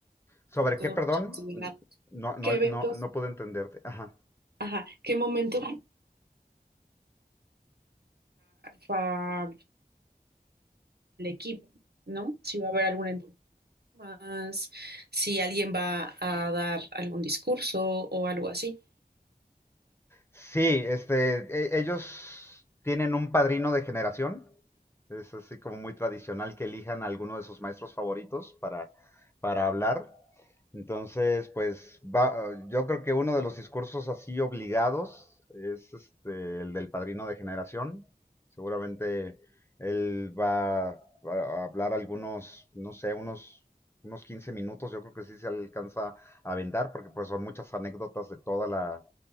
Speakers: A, on the left; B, on the right.
A: ¿Sobre
B: sobre todo
A: qué, perdón?
B: para llegar,
A: N- No, no,
B: qué eventos,
A: no, no pude entenderte. Ajá.
B: ajá, qué momentos para, el equipo, ¿no? Si va a haber alguna entrevista más, si alguien va a dar algún discurso o algo así.
A: Sí, este, e- ellos tienen un padrino de generación. Es así como muy tradicional que elijan a alguno de sus maestros favoritos para, para hablar. Entonces, pues va, eh, yo creo que uno de los discursos así obligados es este, el del padrino de generación. Seguramente él va a a hablar algunos, no sé, unos, unos 15 minutos. Yo creo que sí se alcanza a aventar porque pues son muchas anécdotas de toda la